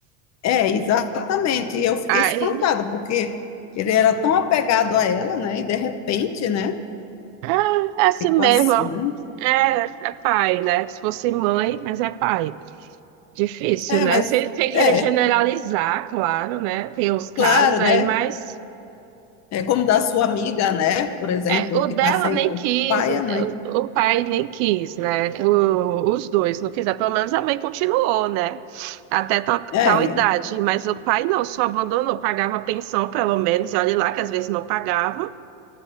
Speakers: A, on the left (about 45°); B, on the right (about 65°).
A: É, exatamente. E eu fiquei
B: Aí,
A: espantada, porque ele era tão apegado a ela, né? E de repente, né?
B: é, é assim
A: Ficou
B: mesmo.
A: assim.
B: ó. É, é pai, né? Se fosse mãe, mas é pai. Difícil,
A: É,
B: né?
A: mas
B: Sem, sem querer
A: é,
B: generalizar, claro, né? Tem os casos
A: claro,
B: aí,
A: né?
B: mas
A: É como da sua amiga, né? Por exemplo,
B: é, o
A: que
B: dela
A: está sem
B: nem
A: o
B: quis,
A: pai
B: o,
A: e a mãe.
B: o pai nem quis, né? O- os dois não quiseram. Pelo menos a mãe continuou, né? Até tal,
A: É,
B: tal idade. Mas o pai não, só abandonou, pagava pensão, pelo menos, e olha lá que às vezes não pagava.